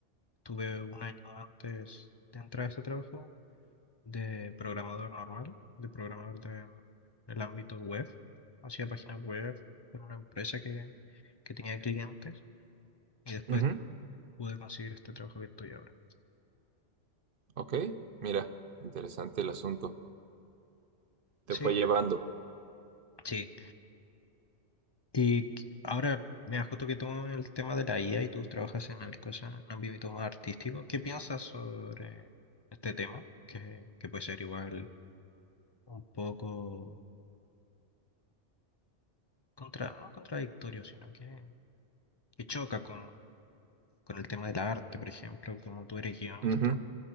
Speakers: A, on the left; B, on the right.
A: tuve un año antes de entrar a este trabajo de programador normal, de programador de, del ámbito web. Hacía páginas web con una empresa que, que tenía clientes y después
B: Ujú.
A: pude conseguir este trabajo que estoy ahora.
B: Ok. Mira, interesante el asunto. Te
A: Sí,
B: fue llevando.
A: sí, Y qu- ahora, mira, justo que tomamos el tema de la IA y tú trabajas en el cosa, en un ámbito más artístico, ¿qué piensas sobre este tema? Que, que puede ser igual un poco contra, no contradictorio, sino que, que choca con, con el tema del arte, por ejemplo, como tú eres guionista,
B: Ujú.